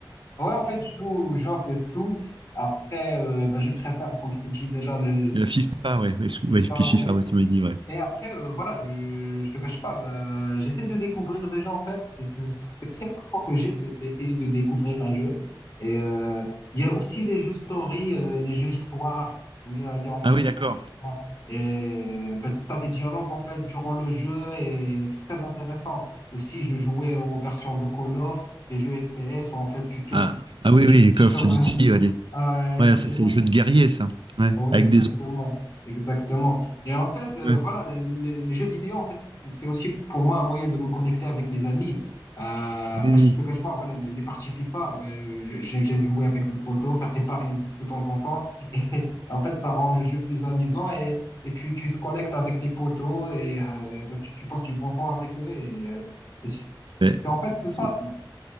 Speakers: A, on the left; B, on the right.
A: ouais, en fait, je joue, je joue un peu tout. Après, euh, bah, je préfère, comme je t'ai dit déjà, le
B: FIFA, ouais. excuse-
A: le
B: ouais,
A: FIFA,
B: puis FIFA,
A: ouais.
B: ouais, tu m'as dit, ouais.
A: Et après, euh, voilà, je, je te cache pas, bah, j'essaie de découvrir des jeux en fait. C'est c'est- c'est aussi un parcours que j'ai, c'est c'est essayer de découvrir un jeu. Et euh, il y a aussi les jeux story, euh, les jeux histoire, où il y a, il y a en fait
B: Ah oui, d'accord.
A: une histoire. Et bah, t'as des dialogues en fait durant le jeu et c'est très intéressant. Aussi, je jouais aux versions de Call of, les jeux FPS où en fait tu tues,
B: Ah, ah oui,
A: tu,
B: oui, Call
A: tu, tues-
B: of
A: <laughs>
B: Duty, allez.
A: ah ouais,
B: Ouais,
A: tu
B: ça,
A: tues
B: c'est les jeux de guerrier, ça. Ouais,
A: oui,
B: avec
A: exactement,
B: des. autres.
A: exactement. Et en fait, euh,
B: ouais.
A: voilà, le- le- les, jeux vidéo, en fait, c'est c'est aussi pour moi un moyen de me connecter avec mes amis. Euh,
B: Oui,
A: parce
B: oui.
A: que je te cache pas, voilà, les, les parties FIFA, ben, je- j'aime j'aime jouer avec mes potos, faire des paris de temps en temps. <laughs> Et, en fait, ça rend le jeu plus amusant et, et tu, tu te connectes avec tes potos et euh, ben, tu, tu passes du bon temps avec eux. Et, euh, c'est-
B: Ouais.
A: en fait, c'est
B: C'est-
A: ça.
B: Ils